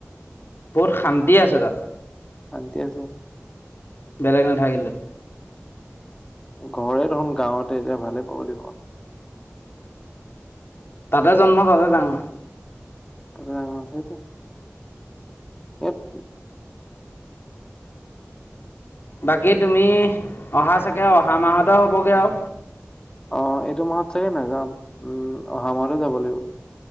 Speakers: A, on the left; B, on the left.
A: বহুত শান্তি আছে তাত।
B: শান্তি আছে।
A: বেলেগ নাথাকিলেও।
B: ঘৰে দেখোন গাঁৱতে এতিয়া ভালে পাব লাগিব।
A: তাতে জন্ম তাতে ডাঙৰ।
B: <unintelligible> সেইটো <unintelligible>
A: বাকী তুমি, অহা চাগে অহা মাহতে হ'বগৈ আৰু।
B: অ, এইটো মাহত চাগে নাযাম। উম, অহা মাহতে যাব লাগিব।